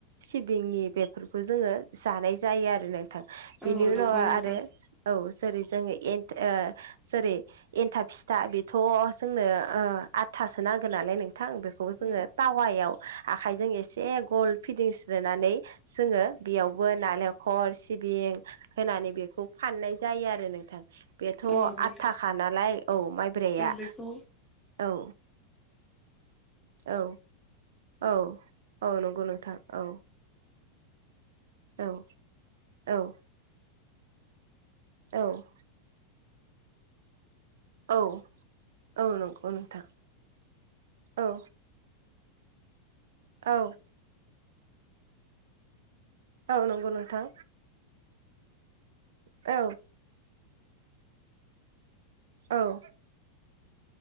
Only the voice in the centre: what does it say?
औ
नंगौ नोंथां
औ
औ नोंथां
जों बेखौ